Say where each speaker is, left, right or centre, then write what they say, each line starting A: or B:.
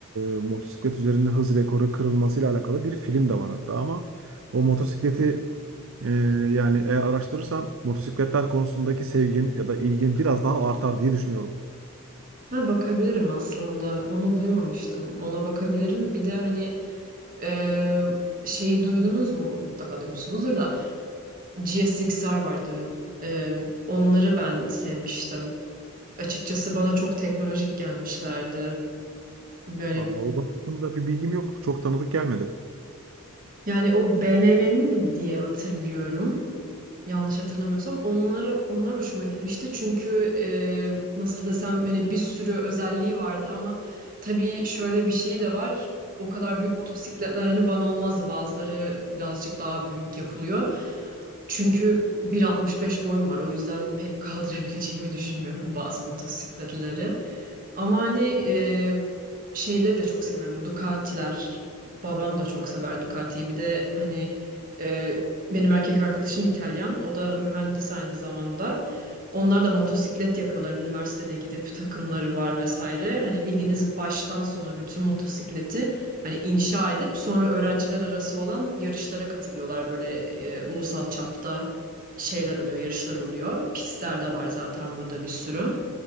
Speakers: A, on the right; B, on the right.
A: e, motosiklet üzerinde hız rekoru kırılmasıyla alakalı bir film de var hatta ama o motosikleti e, yani eğer araştırırsan motosikletler konusundaki sevgin ya da ilgin biraz daha artar diye düşünüyorum.
B: Ha, bakabilirim aslında. Onu duymamıştım. Ona bakabilirim. Bir de hani Ee, şeyi duydunuz mu? Mutlaka duymuşsunuzdur da. GSX-R vardı. Ee, onları ben sevmiştim. Açıkçası bana çok teknolojik gelmişlerdi. Böyle
A: Aa, o konu hakkında bir bilgim yok. Çok tanıdık gelmedi.
B: yani o BMW'nin diye hatırlıyorum. yanlış hatırlamıyorsam onları onlar hoşuma gitmişti. Çünkü e, nasıl desem hani bir sürü özelliği vardı ama tabii şöyle bir şey de var. O kadar büyük motosikletler hani bana olmazdı. Bazıları birazcık daha büyük yapılıyor. Çünkü 1.65 boyum var. O yüzden pek <laughs> kaldırabileceğimi düşünmüyorum bazı motosikletleri. Ama hani e, şeyleri de çok seviyorum. Ducati'ler. Babam da çok sever Ducati'yi. Bir de hani e, benim erkek arkadaşım İtalyan. O da mühendis aynı zamanda. Onlar da motosiklet yapıyorlar. Üniversitede gidip takımları var vesaire. Hani bildiğiniz baştan sona bütün motosikleti hani inşa edip sonra öğrenciler arası olan yarışlara katılıyorlar. Böyle e, ulusal çapta şeyler oluyor, yarışlar oluyor. Pistler de var zaten burada bir sürü.